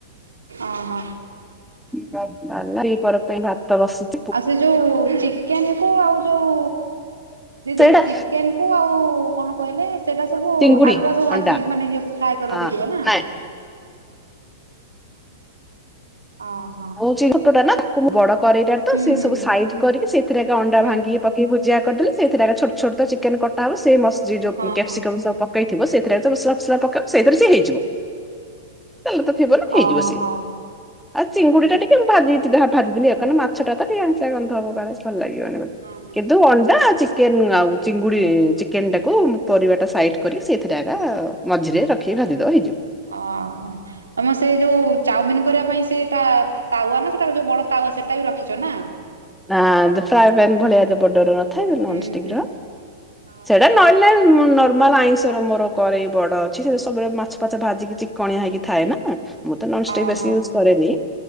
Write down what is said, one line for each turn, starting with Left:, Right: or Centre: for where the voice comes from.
Right: ଅ ହ।
Centre: ପଲା ଦିପହର ପାଇଁ ଭାତ ବସଚି।
Right: ଆଉ ସେ ଯୋଉ ଚିକେନେ କୁ ଆଉ ଯୋଉ ଦିଦି
Centre: ସେଇଟା
Right: ଚିକେନେ କୁ ଆଉ କଣ କହିଲେ ସେଇଟା ସବୁ
Centre: ଚିଙ୍ଗୁଡି
Right: ଆଗୁଆ ସବୁ ଭାଜିକି
Centre: ଅଣ୍ଡା
Right: ମାନେ ଇଏ ଫ୍ରାଏ କରି
Centre: ହଁ
Right: ରଖିଥିବ ନା।
Centre: ନାଇଁ
Right: ହଁ।
Centre: ମୁଯିଙ୍କୁଟାଟାନା ବଡ କରେଇଟା ତ
Right: ହୁଁ
Centre: ସେ
Right: ହୁଁ
Centre: ସବୁ ସାଇ କରିକି ସେଥିରେ ଅଣ୍ଡା
Right: ହୁଁ
Centre: ଭାଙ୍ଗିକି ପ ଭୁଜିଆ କରିଦେଲେ ସେଇଥିରେ ଛୋଟ ଛୋଟ ଚିକେନେ କଟା ହବ ମସ୍ ଯୋଉ
Right: ହଁ
Centre: କ୍ୟାପିସିକମ୍
Right: ହଁ
Centre: ସହ ପ ହେଇଥିବ ସେଇଥିରେ ମସଲା ଫସଲା ପକେଇବ ସେଇଥିରେ ସିଏ ହେଇଯିବତେଲ ତ ଥିବନା ହେଇଯିବ
Right: ଓହୋ
Centre: ସିଏ।
Right: ହୁଁ
Centre: ଚିଙ୍ଗୁଡି ଟା
Right: ହୁଁ
Centre: ଟିକେ ମୁ ଭାଜି ଭାଜିଥିଲି କାହିନା ମାଛଟା ତ ଟିକେଆଇଁଷିଆ ଗନ୍ଧହବକାଳେ ଭଲ ଲାଗିବନେହିଁ ଵୋଲି।
Right: ହଁ ହଁ
Centre: କିନ୍ତୁ ଅଣ୍ଡା ଚି୍ ଚିକେନ୍ ଆଉ ଚିଙ୍ଗୁଡ଼ି ଚିକେନେ ଟାକୁ ପରିବାଟା ସାଇଟ୍ କରିକି ସେଇଥିରେ ଏକା। ମଝିରେ ରଖିକି ଭାଜିଦବ ହେଇଯିବ।
Right: ଓହୋ। ତମେ ସେ ଯୋଉ ଚାଉମିନ କରିବା ପାଇଁ ସେଟା ତାୱା ନା ସେଟା ଯୋଉ ବଡ ତାୱା ସେଟା ବି ରଖିଛ ନା?
Centre: ହାଁ ଯୋଉ ଫ୍ରାଏ ପ୍ୟାନ୍ ଭଳିଆ ବଡରୁମ। ନ
Right: ହୁଁ
Centre: ନ୍ ଷ୍ଟିକିର
Right: ହୁଁ ଓହୋ।
Centre: ସେରାନଲେନାହଁ ନର୍ମାଲ ଆଇଁଷ। ଧରମୋର କରେଇ ବଡ ଅଛି ସେ ସବୁ ମାଛ ଫାଛ ଭାଜିକି ଚିକଣିଆ ହେଇକି ଥାଏ ନା। ମୁଁ ତ ନନଷ୍ଟିକ୍
Right: ଓହୋ
Centre: ବେଶୀ ୟୁଜ୍ କରେନି